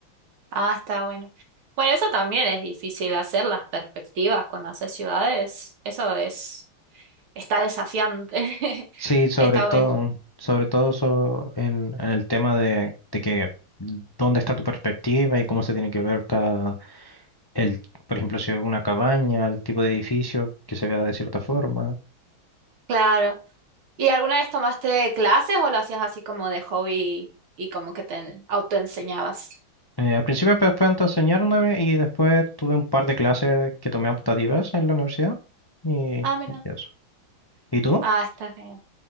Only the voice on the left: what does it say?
Sí,
sobre
todo,
sobre todo so- en, en el tema de, de que dónde está tu perspectiva y cómo se tiene que ver cada, el, por ejemplo, si es una cabaña, el tipo de edificio que se vea de cierta forma.
Eh, al principio pues, fue entonces enseñándome y después tuve un par de clases que tomé optativas en la universidad y,
y eso. ¿Y tú?